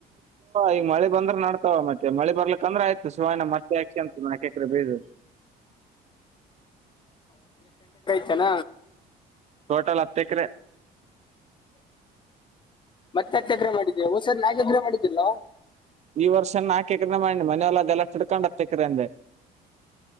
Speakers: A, on the right (about 40°); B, on the left (about 30°).
A: ಈ ಮಳೆ ಬಂದ್ರ ನಡ್ತಾವ ಮತ್ತೆ ಮಳೆ ಬರ್ಲಿಕ್ಕೆ ತೊಂದ್ರೆ ಆಯ್ತು ಸಿವಾಯಣ್ಣ ಮತ್ತೆ ಯಕ್ಕ್ಷೆ ಅಂತ ನಕಕ್ರೆ ಬೀ
B: ಚನ
A: ಟೋಟಲ್ ಹತ್ತು ಎಕರೆ
B: ಮತ್ತೆ ಎಗ್ರೆ ಮಾಡಿದ್ದ ಹೊಸದ ನಾ ಎಗ್ರೆ ಮಾಡಿದ್ದಿಲ್ಲ
A: ಈ ವರ್ಷನ ನಾಕೆಕ್ರ ಮಾಡಣಿ ಮನ ಎಲ್ಲ ಗಲತ್ ಇಡ್ಕೊಂಡತ ಎಕ್ರ ಅಂದೆ